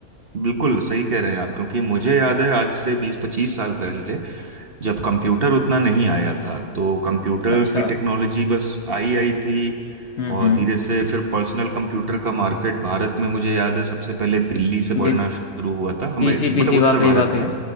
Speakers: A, on the right; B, on the left.
A: बिल्कुल सही कह रहे हैं आप क्योंकि मुझे याद है आज से बीस पच्चीस साल पहले जब कंप्यूटर उतना नहीं आया था तो कंप्यूटर
B: अच्छा
A: की टेक्नोलॉजी बस आई आई थी
B: हम्म
A: और
B: हम्म
A: धीरे से फिर पर्सनल कंप्यूटर का मार्केट भारत में मुझे याद है सबसे पहले दिल्ली से बढ़ना
B: बिल्कुल
A: शुरू हुआ था हमें
B: पीसी पीसी
A: मतलब उत्तर
B: वाकई
A: भारत
B: वाकई
A: में